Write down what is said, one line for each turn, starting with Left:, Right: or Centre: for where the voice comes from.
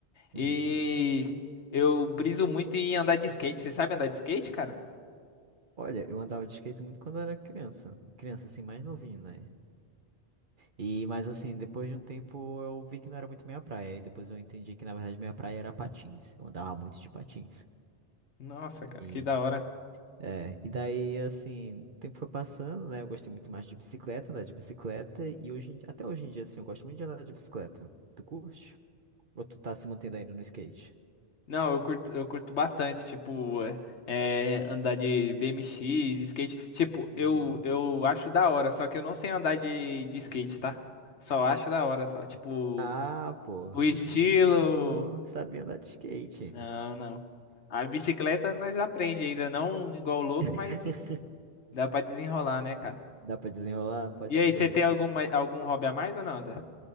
Right: uhum.
Left: E eu briso muito em andar de skate. Você sabe andar de skate, cara?
Right: Olha, eu andava de skate muito quando eu era criança. Criança, assim, mais novinho, né? E, mas assim, depois de um tempo eu vi que não era muito minha praia. E depois eu entendi que, na verdade, minha praia era patins. Eu andava muito de patins.
Left: Nossa, cara,
Right: E,
Left: que da hora.
Right: é, e daí, assim, o tempo foi passando, né? Eu gostei muito mais de bicicleta, andar de bicicleta. E hoje, em- até hoje em dia, assim, eu gosto muito de andar de bicicleta. Tu curte? Ou tu tá se mantendo ainda no skate?
Left: Não, eu curto, eu curto bastante, tipo, é, é, andar de BMX, skate. Tipo,
Right: Uhum.
Left: eu, eu acho da hora, só que eu não sei andar de, de skate, tá? Só acho da hora, só. Tipo,
Right: Ah, pô,
Left: o estilo.
Right: eu tinha entendido que tu sabia andar de skate.
Left: Não, não. A bicicleta nós aprende ainda, não igual louco,
Right: <laughs>
Left: mas dá pra desenrolar, né, cara?
Right: Dá pra desenrolar? Pode
Left: E aí,
Right: crer.
Left: você tem alguma, algum hobby a mais ou não, Dan?